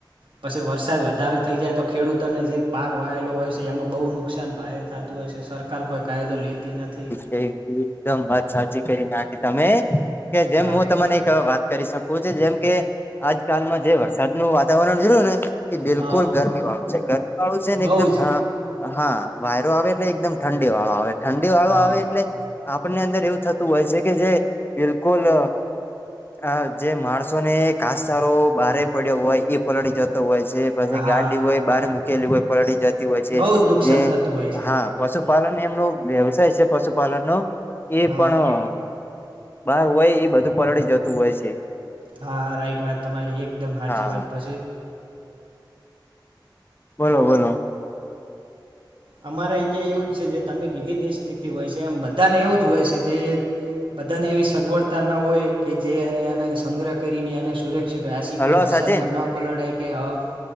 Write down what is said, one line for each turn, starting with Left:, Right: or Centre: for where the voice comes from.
Right: પછી વરસાદ વધારે થઈ જાય તો ખેડૂતોને જે પાક વાયેલો હોય છે એમાં બહુ નુકસાન ભારે થાતું હોય છે. સર કાર કોઈ કાયદો લેતી નથી.
Left: એવી એકદમ વાત સાચી કરી નાખી તમે કે જેમ
Right: હા
Left: હું તમને એક વા કરી શકોવ છે જેમ કે આજકાલમાં જે વરસાદનું વાતાવરણ રિયુ ને બિલકુલ
Right: હા
Left: ગરમી વાળું છે ગરમી વાળું છે ને
Right: બહુ
Left: એકદમ
Right: જ
Left: હ હા વાયરો આવે એટલે એકદમ ઠંડી વાળો આવે ઠંડી વાળો
Right: હા
Left: આવે એટલે આપણને અંદર એવું થતું હોય છે કે જે બિલકુલ અ અ જે માણસો ને ઘાસચારો બારે પડ્યો હોય એ પલળી જતો હોય છે. પછી
Right: હા
Left: ગાડી હોય બહાર મૂકેલી હોય પલળી જતી હોય છે
Right: બહુ જ નુકસાન
Left: જે
Right: થતું હોય છે
Left: હા પશુપાલન એમનો વ્યવસાય છે પશુપાલનનો એ
Right: હા
Left: પણ અ બહાર હોય એ બધું પલળી જતું હોય છે.
Right: હા હા રાઈટ વાત તમારી એકદમ હાચી
Left: હા
Right: વાત પછી
Left: બોલો બોલો.
Right: અમારે અહંયા એવું જ છે જે તમે કીધી ની એજ સ્થિતિ હોય છે એમ બધાને એવું જ હોય છે જે બધાને એવી સગવડતા ના હોય કે જે એને એને સંગ્રહ કરીને એને સુરેક <inaudible> રાસીકે
Left: હલો
Right: વરસાદમાં
Left: સચિન
Right: ન પલડે કે હા.